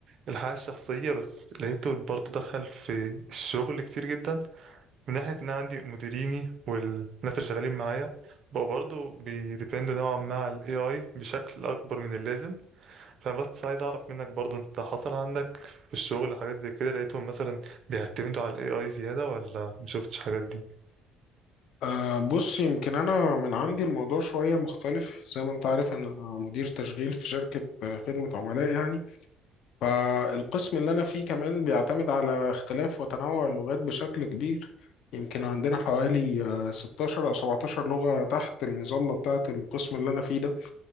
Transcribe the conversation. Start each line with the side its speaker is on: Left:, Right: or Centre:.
Right: الحياه الشخصيه بس لقيته برضه دخل في الشغل كتير جدا من ناحيه ان أنا عندي مديريني والناس اللي شغالين معايا بقوا برضه بيديبندوا نوعا ما على الاي اي بشكل اكبر من اللازم فبس عايز اعرف منك برضو انت حصل عندك في الشغل حاجات زي كده لقيتهم مثلا بيعتمدوا على الاي اي زيادة ولا مشوفتش حاجات دي
Left: أه بص يمكن أنا من عندي الموضوع شوية مختلف زي ما أنت عارف أنا مدير تشغيل في شركة آه، خدمة عملاء يعني فالقسم اللي أنا فيه كمان بيعتمد على اختلاف وتنوع اللغات بشكل كبير يمكن عندنا حوالي آه، 16 أو 17 لغة تحت المظلة بتاعة القسم اللي أنا فيه ده